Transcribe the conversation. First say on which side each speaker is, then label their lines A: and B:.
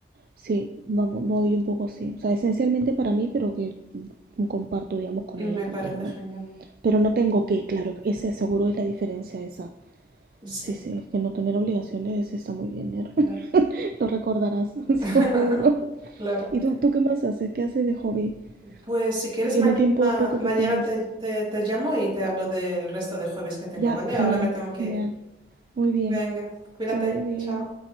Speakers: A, on the right; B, on the right.
A: sí, vamos- voy un poco así. O sea, esencialmente para mí, pero que mm, comparto, digamos, con ella
B: Me
A: también,
B: parece
A: ¿no?
B: genial.
A: Pero no tengo que, claro, ese seguro es la diferencia esa.
B: Sí,
A: Sí, sí, es que no tener obligaciones está muy bien, Ner. <laughs>
B: claro.
A: Lo recordarás, <laughs>
B: <laughs>
A: seguro.
B: Claro.
A: ¿Y tú, tú qué más haces? ¿Qué haces de hobby?
B: Pues si quieres,
A: En
B: mañana,
A: el tiempo poco
B: mañana
A: que tienes.
B: te, te, te llamo y te hablo del resto de hobbies que tengo,
A: Ya,
B: ¿vale?
A: genial,
B: Ahora me tengo que
A: genial.
B: ir.
A: Muy bien,
B: Venga, cuídate.
A: que vaya bien.
B: Chao.